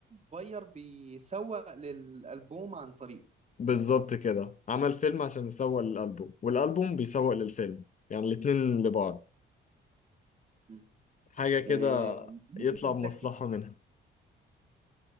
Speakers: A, on the right (about 35°); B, on the left (about 40°).
A: صغير بيسوق للألبوم عن طريقه
B: بالظبط كده عمل فيلم عشان يسوق للألبوم والألبوم بيسوق للفيلم يعني الاتنين لبعض
A: م.
B: حاجة كده
A: آه، مطرب
B: يطلع بمصلحة
A: ذكي
B: منها